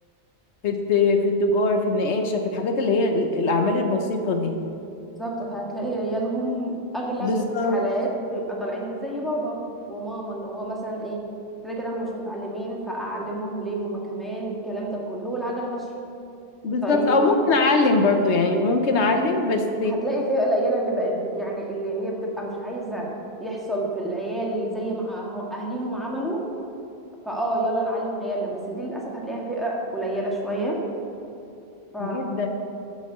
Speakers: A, on the left; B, in the centre.
A: في الت- في التجارة في النقاشة في الحاجات اللي هي ال- الأعمال البسيطة دي
B: بالظبط فهتلاقي عيالهم اغلب
A: بالظبط
B: الحالات بيبقى طالعين زي بابا وماما اللي هو مثلا ايه كده كده هم مش متعلمين فاعلمهم ليه هم كمان الكلام ده كله والعجله ماشيه
A: بالظبط
B: طيب
A: أو ممكن أعلم برضو يعني ممكن أعلم بس
B: هتلاقي فئه قليله اللي بقت بت يعني اللي هي بتبقى مش عايزه يحصل في العيال زي ما أه- اهليهم عملوا فاه يلا نعلم عيالنا بس دي للاسف هتلاقيها فئه قليله شويه ف...
A: جدا